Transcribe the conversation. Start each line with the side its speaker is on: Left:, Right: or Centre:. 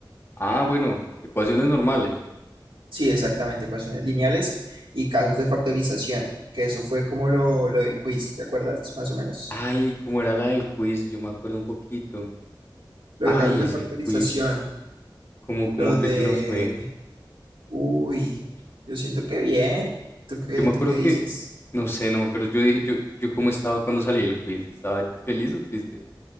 Left: Ah, bueno, ecuaciones normales.
Right: Sí, exactamente, ecuaciones lineales y casos de factorización, que eso fue como lo, lo del quiz, ¿te acuerdas? Más o menos.
Left: Ay, ¿cómo era la del quiz? Yo me acuerdo un poquito.
Right: Lo
Left: Ay,
Right: de casos de
Left: ese
Right: factorización,
Left: quiz. ¿Cómo, cómo
Right: lo
Left: crees
Right: de...
Left: que nos fue?
Right: Uy, yo siento que bien. ¿Tú qué,
Left: Yo me
Right: tú
Left: acuerdo
Right: qué dices?
Left: que, no sé, no me acuerdo. Yo dije, yo, yo cómo estaba cuando salí del quiz. ¿Estaba feliz o triste?